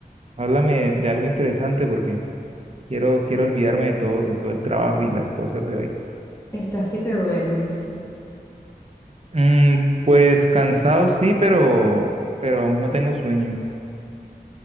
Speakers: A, on the right; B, on the left.
A: Háblame de algo interesante porque quiero, quiero olvidarme de todo, de todo el trabajo y las cosas de hoy.
B: Estás que te duermes.
A: Mm, pues cansado sí, pero, pero aún no tengo sueño.